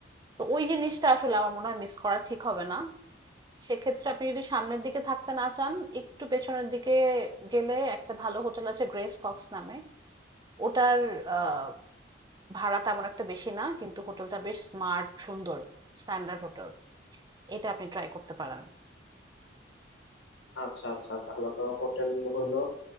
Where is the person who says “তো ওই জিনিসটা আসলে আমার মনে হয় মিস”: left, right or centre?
Right